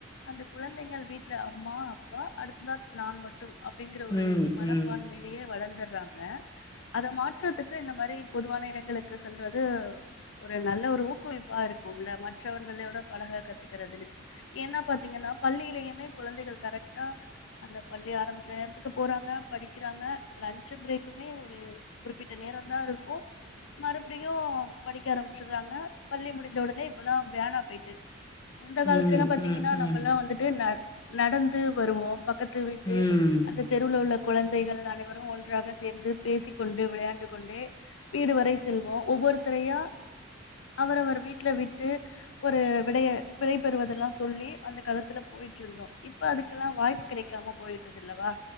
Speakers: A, on the left; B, on the left.
A: அந்த குழந்தைங்கள் வீட்ல அம்மா அப்பா அடுத்ததா நான் மட்டு அப்படிங்கிற ஒரு
B: ம்
A: மனப்பான்மையிலேயே
B: ம்
A: வளந்துற்றாங் க அத மாற்றதுக்கு இந்த மாரி பொதுவான இடங்களுக்கு சொல்றது ஒரு நல்ல ஒரு ஊக்குவிப்பா இருக்கும்ல மற்றவர்களோட பழக கத்துக்கிறதுனு என்ன பாத்தீங்கன்னா பள்ளியிலயுமே குழந்தைகள் கரெக்டா அந்த பள்ளி ஆரம்பிக்கிற நேரத்துக்கு போறாங்க படிக்கிறாங்க லன்ச்சு ப்ரேக் குமே ஒரு குறிப்பிட்ட நேரந்தா இருக்கு மறுபடியு படிக்க ஆரம்பிச்சிற்றாங்க பள்ளி முடிந்த உடனே இப்பல்லா வேனா போய்ட்டு அந்த காலத்துலெல்லா
B: ம்
A: பாத்தீங்கன்னா
B: ம் ம்
A: நம்பல்லா வந்து ட்டு ந நடந்து வருவோ பக்கத்து வீட்டு
B: ம்
A: அந்த தெருவுல உள்ள குழந்தைகள் அனைவரு ஒன்றாக சேர்ந்து பேசிக்கொண்டு விளையாண்டு கொண்டே வீடு வரை செல்வோ ஒவ்வொருத்தரையா அவரவர் வீட்ல விட்டு ஒரு விடைய விடை பெறுவதெல்லா சொல்லி அந்த காலத்துல போய்ட்டுருந்தோ இப்ப அதுக்கெல்லா வாய்ப்பு கிடைக்காம போயிட்டதுல்லவா